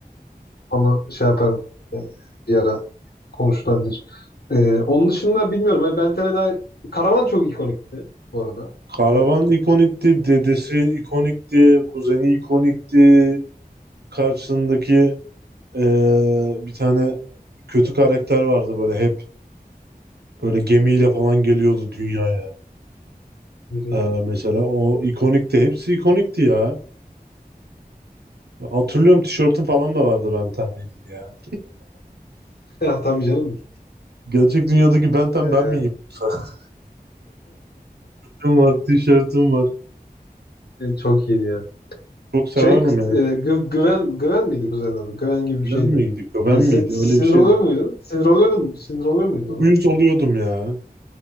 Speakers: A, on the left; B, on the right.
A: Onu şey yaparım. Yani bir ara. konuşulabilir. Ee, onun dışında bilmiyorum. Hani Bentene'den Karavan çok ikonikti bu arada.
B: Karavan
A: Hani
B: ikonikti. Dedesi ikonikti. Kuzeni ikonikti. Karşısındaki ee, bir tane kötü karakter vardı böyle hep. Böyle gemiyle falan geliyordu dünyaya.
A: Hı hı.
B: Ee, mesela o ikonikti. Hepsi ikonikti ya. Hatırlıyorum tişörtüm falan da vardı Ben Ten'le ilgili ya.
A: Ya, <laughs> tabii canım.
B: Gerçek dünyadaki Ben Ten
A: Ee,
B: ben miyim? <laughs> Sakalım var, tişörtüm var.
A: <laughs> Çok iyiydi ya.
B: Çok severdim
A: Şey, e,
B: yani.
A: Gü- Güven, Güven miydi kuzenin adı? Güven gibi bir
B: Bilen
A: şeydi.
B: miydik, ben
A: E,
B: miydi?
A: si- sinir
B: Öyle bir şeydi.
A: oluyor muydun? Sinir oluyordum. Sinir oluyor muydun ona?
B: Uyuz oluyordum ya.